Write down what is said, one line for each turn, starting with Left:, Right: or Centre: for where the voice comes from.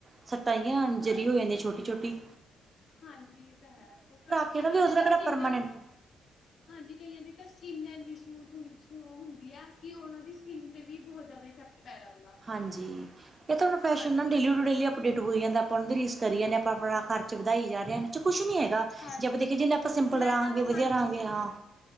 Right: ਸੱਟਾਂ ਜੀਆਂ ਇੰਜਰੀ
Left: ਹਾਂਜੀ
Right: ਹੋ ਜਾਂਦੀ ਛੋਟੀ-ਛੋਟੀ।
Left: ਹਾਂਜੀ ਇਹ ਤਾਂ ਹੈ ਕਈ
Right: ਕੇ
Left: ਕਈਆਂ
Right: ਨਾ ਵੀ ਉਹਦੇ
Left: ਦੀ ਸਕਿਨ,
Right: ਨਾਲ ਕਿਹੜਾ ਪਰਮਾਨੈਂਟ
Left: ਹਾਂਜੀ ਕਈਆਂ ਦੀ ਤਾਂ ਸਕਿੰਨ ਇੰਨੀ ਸਮੂਥ ਹੁੰਦੀ ਆ ਕਿ ਉਹਨਾਂ ਦੀ ਸਕਿੰਨ ਤੇ ਵੀ ਬਹੁਤ ਜ਼ਿਆਦਾ ਇਫੈਕਟ ਪੈ ਜਾਂਦਾ।
Right: ਹਾਂਜੀ, ਇਹ ਤੁਹਾਨੂੰ ਫੈਸ਼ਨ
Left: ਹਾਂਜੀ
Right: ਨਾ ਡੇਲੀ
Left: ਇਹ ਤੇ
Right: ਟੂ ਡੇਲੀ ਅਪਡੇਟ ਹੋ ਜਾਂਦਾ। ਆਪਾਂ ਉਹਨਾਂ ਦੀ ਰੀਸ ਕਰੀ ਜਾਂਨੇ ਆ ਆਪਾਂ ਆਪਣਾ ਖਰਚ ਵਧਾਈ ਜਾ ਰਹੇ ਆ ਇਹ 'ਚ ਕੁਛ ਨੀ ਹੈਗਾ।
Left: ਹਾਂਜੀ
Right: ਜੇ ਆਪਾਂ ਦੇਖੀਏ ਜਿਨੇ ਆਪਾਂ ਸਿੰਪਲ
Left: ਮੈਂ
Right: ਰਹਾਂਗੇ
Left: ਤਾਂ
Right: ਵਧੀਆ
Left: ਹਾਂਜੀ
Right: ਰਹਾਂਗੇ ਹਾਂ।